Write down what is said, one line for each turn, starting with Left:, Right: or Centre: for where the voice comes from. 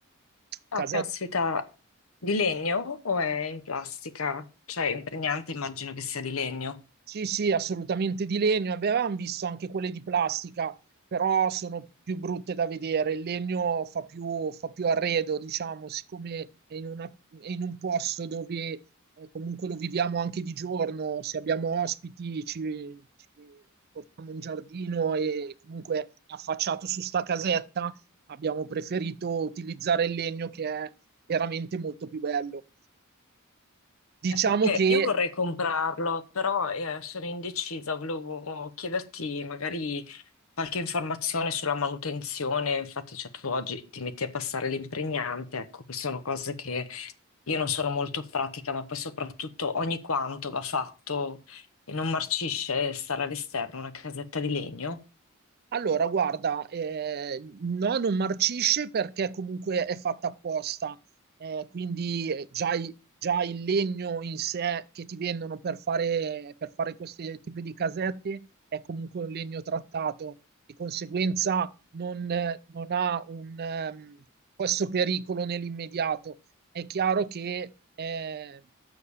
Left: Ah,
Right: Casetta
Left: caspita, di legno o è in plastica? Cioè, impregnante immagino che sia di legno.
Right: Sì, sì, assolutamente di legno. Avevamo visto anche quelle di plastica, però sono più brutte da vedere. Il legno fa più, fa più arredo, diciamo, siccome è in, una- è in un posto dove eh, comunque lo viviamo anche di giorno. Se abbiamo ospiti, ci, ci portiamo in giardino e comunque è affacciato su sta casetta, abbiamo preferito utilizzare il legno che è veramente molto più bello. Diciamo
Left: Eh, Perché
Right: che
Left: io vorrei comprarlo, però eh, sono indecisa, volevo chiederti magari qualche informazione sulla manutenzione. Infatti, cioè, tu oggi ti metti a passare l'impregnante, ecco, che sono cose che Io non sono molto pratica, ma poi soprattutto ogni quanto va fatto e non marcisce stare all'esterno, una casetta di legno.
Right: Allora, guarda, eh, no, non marcisce perché comunque è fatta apposta, eh, quindi eh, già, i- già il legno in sé che ti vendono per fare, per fare questi tipi di casette è comunque un legno trattato, di conseguenza non, eh, non ha un, ehm, questo pericolo nell'immediato. È chiaro che eh,